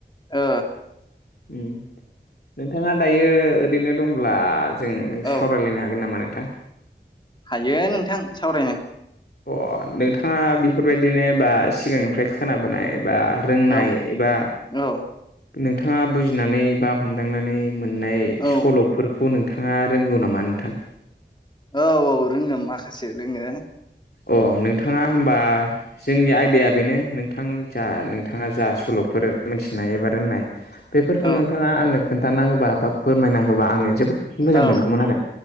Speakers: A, on the left (about 25°); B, on the left (about 60°).
A: ओ
B: ओ उम नोंथाङा दायो ओरैनो दंब्ला। जों
A: औ
B: सावरायलायनो हागोन नामा नोंथां?
A: हायो नोंथां सावरायनो।
B: अ नोंथाङा बेफोरबायदिनो बा सिगांनिफ्राय खोनाबोनाय बा रोंनाय
A: औ
B: एबा
A: औ
B: नोंथाङा बुजिनानै बा हमदांनानै मोननाय
A: औ
B: सल'फोरखौ नोंथाङा रोंगौ नामा नोंथां?
A: औ औ रोङो माखासे रोङो?
B: अ नोंथाङा होमबा? जोंनि आयदाया बेनो नोंथां जा नोंथाङा जा सल'फोर मोनथिनाय एबा रोंनाय बेफोरखौ
A: औ
B: नोंथाङा आंनो खोन्थाना होबा बा फोरमायना होबा आङो जोबो मोजां
A: औ
B: मोनगौमोन आरो